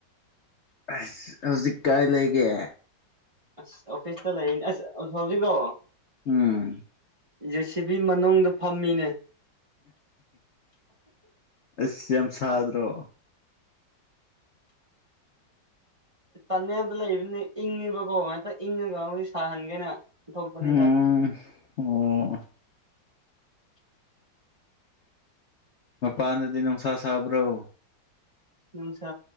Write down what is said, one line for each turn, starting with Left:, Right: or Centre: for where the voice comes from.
Left: ꯑꯁ ꯍꯧꯖꯤꯛ ꯀꯥꯏ ꯂꯩꯒꯦ
Right: ꯑꯁ ꯑꯣꯐꯤꯁꯇ ꯂꯩꯔꯤꯅꯤ ꯑꯁ ꯑ ꯍꯧꯥꯎꯖꯤꯀꯣ
Left: ꯎꯝ
Right: ꯖꯦ ꯁꯤꯕꯤ ꯃꯅꯨꯡꯗ ꯐꯝꯃꯤꯅꯦ
Left: ꯑꯁ ꯌꯥꯝ ꯁꯥꯗ꯭ꯔꯣ
Right: ꯇꯅꯦꯜꯗ ꯂꯩꯕꯅꯤꯅ ꯏꯪꯉꯤ ꯕꯀꯣ ꯉꯁꯥꯏ ꯏꯪꯉꯒ ꯍꯧ ꯁꯥꯍꯟꯒꯦꯅ ꯊꯣꯛꯄꯅꯤꯗ
Left: ꯎꯝ ꯑꯣ ꯃꯄꯥꯟꯗꯗꯤ ꯅꯨꯡꯁꯥ ꯁꯥꯕ꯭ꯔꯣ
Right: ꯅꯨꯡꯁꯥ